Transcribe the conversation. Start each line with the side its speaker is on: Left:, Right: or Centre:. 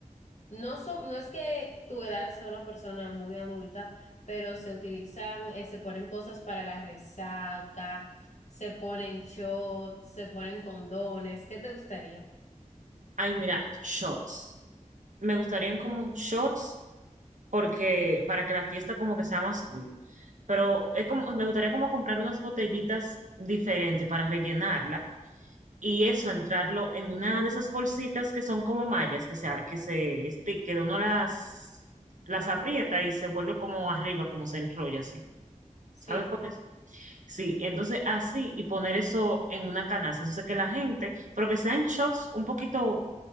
Left: no son, no es que tu edad sea una persona muy adulta, pero se utilizan, eh, se ponen cosas para la resaca, se ponen shots, se ponen condones. ¿Qué te gustaría?
Right: Ay, mira, shots. Me gustarían como shots porque para que la fiesta como que sea más cool. Pero es como, me gustaría como comprar unas botellitas diferentes para rellenarla y eso entrarlo en una de esas bolsitas que son como mallas, que sea, que se esti- que uno las las aprieta y se vuelve como arriba, como se enrolla así.
Left: Sí.
Right: ¿Sabes cuál es? Sí, entonces así y poner eso en una canasta. Entonces que la gente, pero que sean shots un poquito,